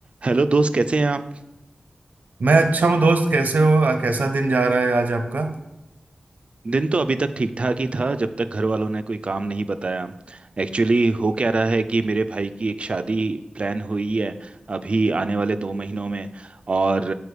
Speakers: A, on the right; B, on the right.
A: Hello दोस्त कैसे हैं आप
B: मैं अच्छा हूँ दोस्त कैसे हो आ, कैसा दिन जा रहा है आज आपका
A: दिन तो अभी तक ठीक ठाक ही था जब तक घर वालों ने कोई काम नहीं बताया एक्चुअली हो क्या रहा है कि मेरे भाई की एक शादी प्लान हुई है अभी आने वाले दो महीनों में और